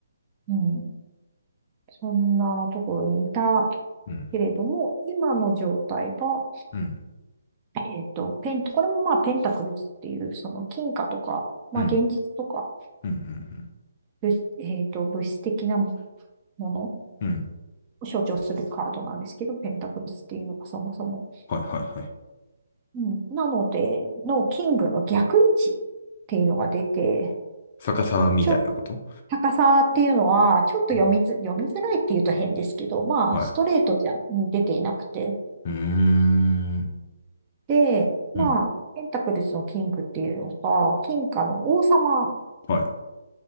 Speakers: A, on the right; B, on the left.
A: うん、そんなところにいた
B: うん。
A: けれども、今の状態が、
B: うん。
A: えっと、ペン、これもまあペンタクルズっていう、その金貨とか、まあ現実とか、
B: うん。うん。うん。
A: 物えっと、物質的なもの
B: うん
A: を象徴するカードなんですけど、ペンタクルズっていうのがそもそも。
B: はいはいはい。
A: うん、なので、のキングの逆位置っていうのが出て、
B: 逆さまみたいなこと
A: ちょ、高さっていうのは、ちょっと読みづ読みづらいっていうと変ですけど、
B: うん。
A: まあ、
B: はい。
A: ストレートじゃ、に出ていなくて。
B: うーん。
A: で、まあ、
B: うん。
A: ペンタクルズのキングっていうのが、金貨の王様
B: はい。